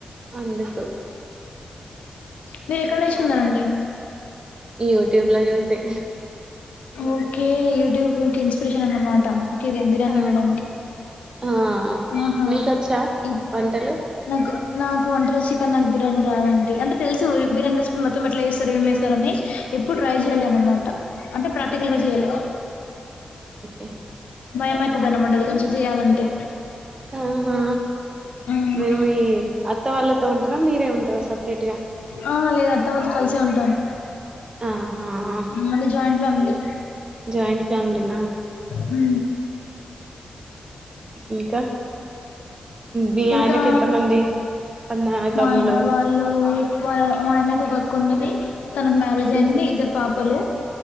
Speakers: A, on the right; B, on the left.
A: అందుకు.
B: మీరు ఎక్కడ నేర్చుకున్నారండి?
A: యూట్యూబ్ లో చూసి.
B: ఓకే యూట్యూబ్ మీకు ఇన్స్పరేషన్ అనమాటా. ఒకే బిర్యానీ
A: ఆ
B: వండడానికి
A: ఆ
B: ఆహా
A: మీకొచ్చా
B: ఈ
A: వంటలు
B: నకు నాకు వంటలు చికెన్ నాకు బిర్యానీ రాదండి. అంటే తెలుసు బిర్యానీ రెసిపీ మొత్తం ఎట్లా వేస్తారు, ఏమి వేస్తరు అని. ఎప్పుడు ట్రై చెయ్యలే
A: ఆహా
B: అన్నమాట. అంటే ప్రాక్టికల్ గా చెయ్యాలి.
A: ఆ
B: భయం అయితుంది అన్నమాట అది కొంచెం చెయాలంటే
A: ఆహా
B: మ్మ్.
A: మే <unintelligible> అత్త వాళ్ళ ఉంటారా. మీరే ఉంటారా సపరేట్ గా
B: ఆ లేదు అత్త వాళ్ళతో కలిసే ఉంటాను.
A: ఆహా ఆ
B: మాది జాయింట్ ఫ్యామిలీ
A: జయింట్ ఫ్యామీలీ నా
B: హ్
A: ఇంకా మీ
B: ఇంకా
A: ఆయనకి ఎంతమంది అన్న
B: మా
A: తమ్ములు
B: ఆయన వాళ్ళు వాల్ల మా ఆయనకు ఒక కొన్నవి తనకు మ్యారేజ్
A: ఉహు
B: అయింది. ఇద్దరు పాపలు